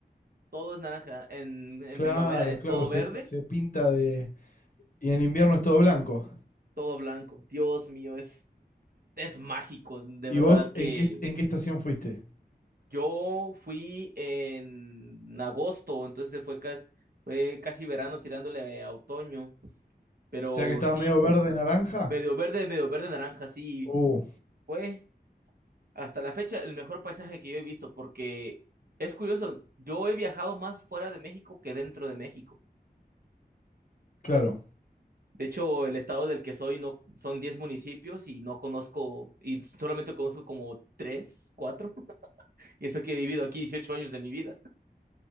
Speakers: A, on the right (about 60°); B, on the left (about 50°).
A: todo es naranja. En, en
B: Claro,
A: primavera es
B: claro,
A: todo
B: se,
A: verde,
B: se pinta de... Y en invierno es todo blanco.
A: todo blanco. Dios mío, es, es mágico, de
B: ¿Y
A: verdad
B: vos
A: que
B: en qué, en qué estación fuiste?
A: Yo fui en agosto, entonces fue casi, fue casi verano tirándole a otoño, pero
B: O sea que estaba
A: sí,
B: medio verde, naranja.
A: medio verde, medio verde naranja, sí,
B: Uh,
A: fue hasta la fecha el mejor paisaje que yo he visto, porque es curioso, yo he viajado más fuera de México que dentro de México.
B: claro,
A: De hecho, el estado del que soy no son 10 municipios y no conozco, y solamente conozco como 3 4 <laughs> y eso que he vivido aquí 18 años de mi vida.